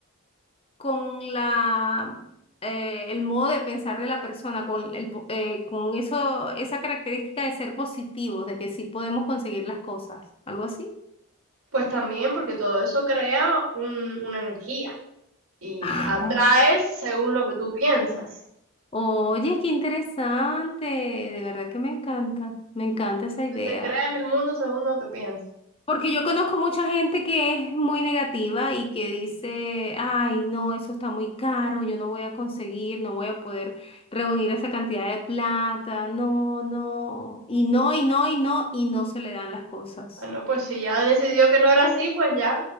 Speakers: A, on the left; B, on the right.
A: con la, eh, el modo de pensar de la persona, con el, po- eh, con eso, esa característica de ser positivos, de que sí podemos conseguir las cosas, algo así.
B: pues también porque todo eso crea un- una energía y
A: Ah.
B: atraes según lo que tú piensas.
A: Oye, qué interesante, de verdad que me encanta, me encanta esa
B: Como
A: idea.
B: dices, creas el mundo según lo que piensas.
A: Porque yo conozco mucha gente que es muy negativa y que dice, ay, no, eso está muy caro, yo no voy a conseguir, no voy a poder reunir esa cantidad de plata, no, no, y no, y no, y no, y no se le dan las cosas.
B: Ah, no, pues si ya decidió que no era así, pues ya.